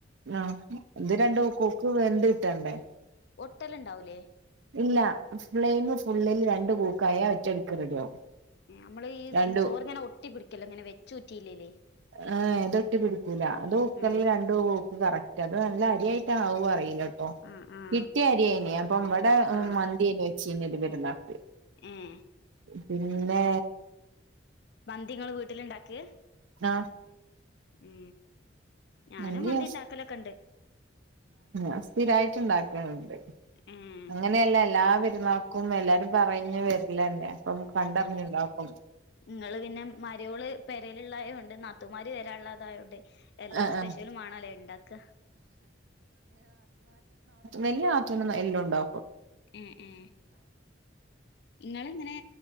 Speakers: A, on the right; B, on the left.
A: ആ ഇത് രണ്ട കൊക്ക് വെണ്ട കിട്ടണ്ടേ
B: ഒട്ടലുണ്ടാവൂലേ
A: ഇല്ല ഫ്രെയിം ഫുള്ളിൽ രണ്ടു പൂക്കായ ഒറ്റടിക്ക് റെഡിയാവും
B: നമ്മള്
A: രണ്ടു
B: ഈ ചോറിങ്ങനെ ഒട്ടി പിടിക്കല്ലോ ഇങ്ങനെ വെച്ചുറ്റിയില്ലല്ലേ
A: ഏ തൊട്ടി പിടിപ്പൂല ഇത് കുക്കറിലെ
B: ഏഹ്
A: രണ്ട് കൂക്ക് കറക്റ്റ് അത് നല്ല അരിയായിട്ടാണ് ആവൂ അറിയില്ലട്ടോ
B: ആഹ് ആഹ്
A: കിട്ടിയ അരിയനി അപ്പൊ ഇവിടെ
B: ആഹ്
A: മന്തിനെ വെച്ച ഇനി ഇത് പെരുന്നാക്ക്
B: ഉം
A: പിന്നെ
B: മന്തി നിങ്ങൾ വീട്ടിലുണ്ടാക്ക്
A: ആ
B: ഉം ഞാനും
A: നല്ല
B: മന്തി ഇണ്ടാക്കലൊക്കെണ്ട്
A: ആ സ്ഥിരായിട്ട് ഉണ്ടാക്കാറുണ്ട്
B: ഉം
A: അങ്ങനെയല്ല എല്ലാ പെരുന്നാക്കും എല്ലാരും പറഞ്ഞു വരില്ലന്നെ അപ്പൊ കണ്ടറിഞ്ഞുണ്ടക്കും
B: നിങ്ങള് പിന്നെ മരയോള് പരലുള്ളായ ഉണ്ട് നാത്തുമാര് വരാനുള്ളതായണ്ട് എല്ലാ
A: ആഹ്
B: സ്പെഷ്യലും
A: ആഹ്
B: ആണല്ലേ ഉണ്ടാക്ക
A: നെല്ലിയ ആറ്റന എല്ലാം ഉണ്ടോ
B: ഉം ഉ നിങ്ങ ഇങ്ങനെ